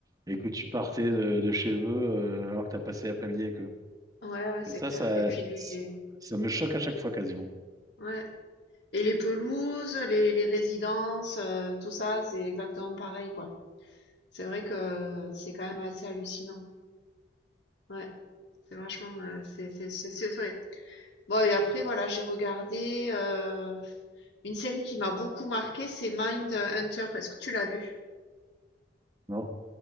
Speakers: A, on the right; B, on the left.
A: et que tu partais de, de chez eux, euh, alors que t'as passé l'après-midi avec eux.
B: Ouais, ouais, c'est
A: Et ça,
B: clair
A: ça,
B: et puis les
A: ça me choque à chaque fois quasiment.
B: ouais. Et les pelouses, les, les résidences, euh, tout ça, c'est exactement pareil, quoi. C'est vrai que c'est quand même assez hallucinant. Ouais, c'est vachement, euh, c'est, c'est, c'est c'est vrai. Bon, et après, voilà, j'ai regardé euh, une série qui m'a beaucoup marqué, c'est Mindhunter. Est-ce que tu l'as vue?
A: Non,